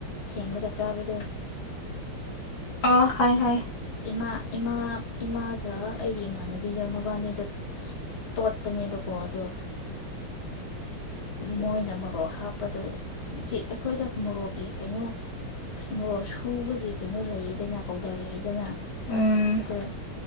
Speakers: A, on the left; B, on the left.
A: ꯁꯦꯝꯂꯒ ꯆꯥꯕꯗꯣ
B: ꯑꯣ ꯈꯪꯉꯦ ꯈꯪꯉꯦ
A: ꯏꯃꯥ ꯏꯃꯥ ꯏꯃꯥꯒ ꯑꯩꯒꯤ ꯏꯃꯥꯟꯅꯕꯤꯒ ꯃꯕꯥꯅꯤꯗꯣ ꯇꯣꯠꯄꯅꯦꯕꯀꯣ ꯑꯗꯣ ꯃꯣꯏꯅ ꯃꯣꯔꯣꯛ ꯍꯥꯞꯄꯗ ꯒꯤ ꯑꯩꯈꯣꯏꯗ ꯃꯣꯔꯣꯛꯀꯤ ꯀꯩꯅꯣ ꯃꯣꯔꯣꯛ ꯁꯨꯕꯒꯤ ꯀꯩꯅꯣ ꯂꯩꯌꯦꯗꯅ ꯄꯥꯎꯗꯔ ꯂꯩ ꯗꯅ
B: ꯎꯝ
A: ꯑꯗꯨ